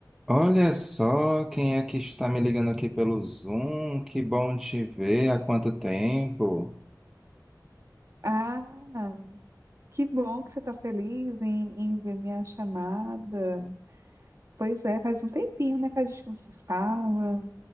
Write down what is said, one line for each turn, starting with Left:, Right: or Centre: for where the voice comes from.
Centre: Olha só quem é que está me ligando aqui pelo Zoom. Que bom te ver. Há quanto tempo?
Right: Ah, que bom que você está feliz em, em ver minha chamada. Pois é, faz um tempinho, né, que a gente não se fala,